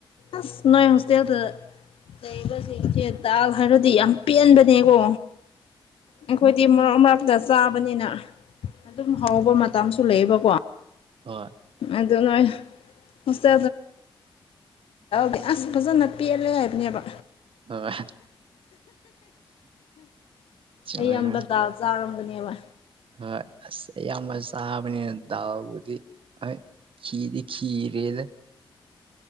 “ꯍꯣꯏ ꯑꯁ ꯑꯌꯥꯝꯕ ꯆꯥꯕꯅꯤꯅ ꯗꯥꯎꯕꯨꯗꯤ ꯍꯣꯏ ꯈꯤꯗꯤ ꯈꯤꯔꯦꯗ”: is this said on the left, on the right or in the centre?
Right